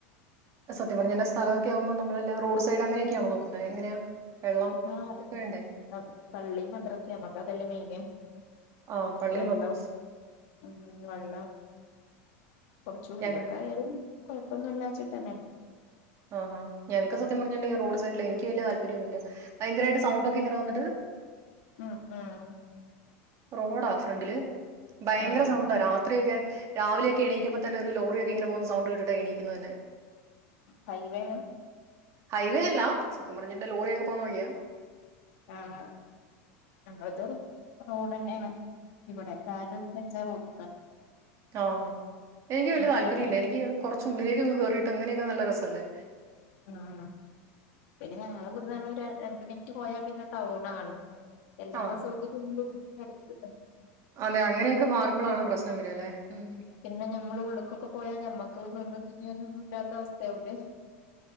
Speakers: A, on the right; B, on the left.
A: സത്യ പറഞ്ഞന്റെ സ്ഥലൊക്കെ ആകുമ്പോ നമ്മളല്ല റോഡ് സൈഡ് അങ്ങനെയൊക്കെയാണോ നോക്കുന്നത് എങ്ങനെയാ വെള്ളം
B: ആ അതെ
A: ഇതൊക്കെ വേണ്ടേ
B: പള്ളി മദ്രസ നമ്മക്ക് അതല്ലേ മെയിന്
A: ആഹ് പള്ളി
B: വെള്ളം
A: മദ്രസ്
B: ഉം വെള്ളം കുറച്ച് ഉള്ള്ക്കായാലും
A: ഞങ്ങ
B: കൊഴപ്പൊന്നും ഇല്ലാച്ചിട്ടന്നെ
A: ആഹാ ഞങ്ങക്ക് സത്യം പറഞ്ഞണ്ട് റോഡ് സയ് ലെയ് എനിക്ക് വല്യ താല്പര്യമൊന്നുല്ല ഭയങ്കരമായിട്ട് സൗണ്ട് ഒക്കെ ഇങ്ങനെ വന്നിട്ട്
B: ഉം ഉം
A: റോഡാ ഫ്രണ്ടില് ഭയങ്കര
B: ഉം
A: സൗണ്ട രാത്രിയൊക്കെ രാവിലെയൊക്കെ എണീക്കുമ്പോ തന്നെ ഒരു ലോറി ഒക്കെ ഇങ്ങനെ പോകുന്ന സണ്ട് കട്ട എണീക്കുന്നത് തന്നെ
B: ഹൈവേണ്
A: ഹൈവേ അല്ല സത്യം പറഞ്ഞ എന്റെ ലോറിൊക്കെ പോകുന്ന വഴിയ
B: ആഹ അത് റോഡ് തന്നെയാണ് ഇവിടെ കാല വെച്ച റോഡ
A: ആഹ എനിക്ക് വല്ിയ
B: മുറ്റല്ല
A: താല്പര്യം ഇല്ല എനിക്ക് കുറച്ച് ഉുള്ളില ക്ക്കയറിട്ട് അങ്ങനെയൊക്കെ നല്ല രസം അല്ലേ
B: ആണോപിന്നെ ഞങ്ങ ഇവിടെന്ന ര രണ്ട് മിനിറ്റ് പോയാൽ പിന്നെ ടൗൺ ആണ് എല്ലാ
A: ആഹ്
B: സൗകര്യങ്ങളും അടുത്ത്
A: അതെ അങ്ങനെയൊക്കെ മാറുമ്പോളാണ് പ്രശ്നം വരികല്ലേ ഉം
B: പിന്നെ ഞമ്മള് ഉള്ള്ക്കൊക്കെ പോയാ ഞമ്മക്ക് നിന്ന് തിരിയാന ഒന്നും ഇല്ലാത്ത അവസ്ഥ അവിടെ